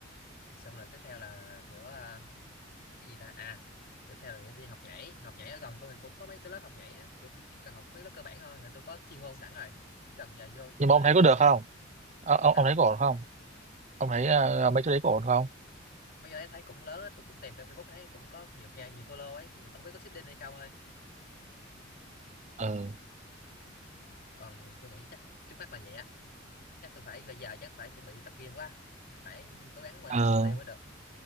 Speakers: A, on the left; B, on the right.
A: xong rồi tiếp theo là kiểu ờ, cái gì ta à tiếp theo là nghĩa đi học nhảy học nhảy ở gần tôi thì cũng có mấy cái lớp học nhảy á chỉ, chỉ cần học mấy lớp cơ bản thôi là tôi có chuyên môn sẵn rồi chỉ cần giờ vô chủ
B: nhưng mà
A: yếu
B: ông
A: là
B: thấy
A: có
B: có được
A: cái
B: không Ờ, ông
A: sao
B: ông thấy có ổn không ông thấy ờ,
A: luôn
B: mấy chỗ đấy có ổn không
A: mấy cái đấy thấy cũng lớn á tôi cũng tìm trên Facebook thấy cũng có nhiều ca nhiều follow ấy nhưng mà tôi không biết có seeding hay không thôi
B: ừ
A: còn tôi nghĩ chắc trước mắt là vậy á chắc tôi phải bây giờ chắc phải chuẩn bị tập gym quá phải cố gắng hoàn
B: ờ
A: thành mục tiêu mới được